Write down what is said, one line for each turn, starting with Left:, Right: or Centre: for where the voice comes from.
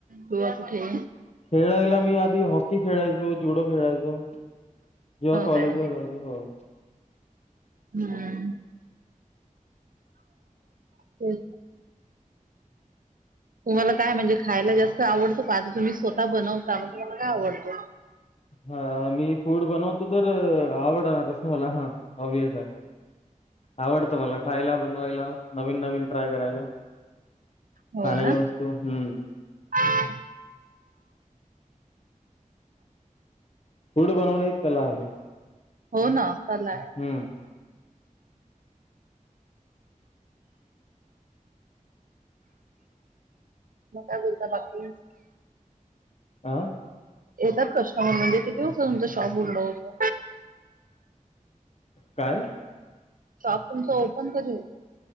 Right: किंवा कुठे
Left: खेळायला मी आधी हॉकी खेळायचो जुडो खेळायचो जेव्हा कॉलेजवर
Right: काय
Left: हो.
Right: हम्म ते तुम्हाला काय म्हणजे खायला जास्त आवडतं का आता तुम् स्वतः बनवता मग तुम्हाला काय आवडतं?
Left: हा मी फूड बनवतो तर आवड ना कसं मला हा ऑबवियस आहे. आवडतो मला खायला बनवायला नवीन नवीन ट्राय करायला.
Right: हो
Left: खाण्याच्या
Right: ना?
Left: वस्तू हम्म
Right: <inaudible>
Left: फूड बनवण एक कला आहे.
Right: हो ना कलाय.
Left: हम्म
Right: मग काय बोलता बाकी?
Left: आ?
Right: येतात कस्टमर म्हणजे किती वाजता तुमचा शॉप उघडा होत?
Left: काय?
Right: शॉप तुमचा ओपन कधी होत?